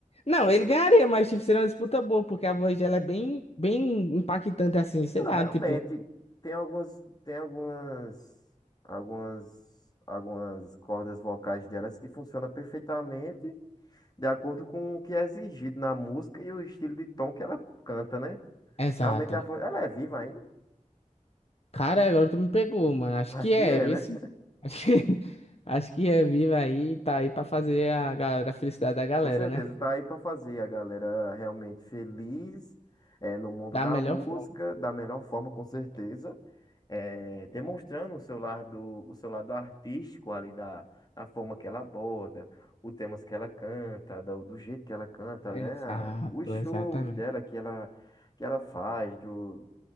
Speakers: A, on the left; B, on the left.
A: Não, ele ganharia, mas tipo, seria uma disputa boa, porque a voz dela é bem, bem impactante assim, sei
B: Ah,
A: lá,
B: realmente.
A: tipo.
B: Tem algumas. Tem algumas. Algumas. Algumas cordas vocais delas que funcionam perfeitamente de acordo com o que é exigido na música e o estilo de tom que ela canta, né?
A: Exato.
B: Realmente a voz. Ela é viva ainda?
A: Cara, agora tu me pegou, mano. Acho
B: Acho
A: que
B: que
A: é,
B: é,
A: vê
B: né?
A: se. Acho que, <laughs> acho que é viva aí, tá aí pra fazer a galera, a felicidade da galera,
B: Com certeza,
A: né?
B: tá aí pra fazer a galera realmente feliz é, no mundo
A: Da
B: da
A: melhor
B: música,
A: forma.
B: da melhor forma, com certeza, é, demonstrando o seu lado, o seu lado artístico ali da, da forma que ela aborda, os temas que ela canta, do, do jeito que ela canta,
A: Exato,
B: né? Os shows
A: exatamente.
B: dela que ela, que ela faz, do,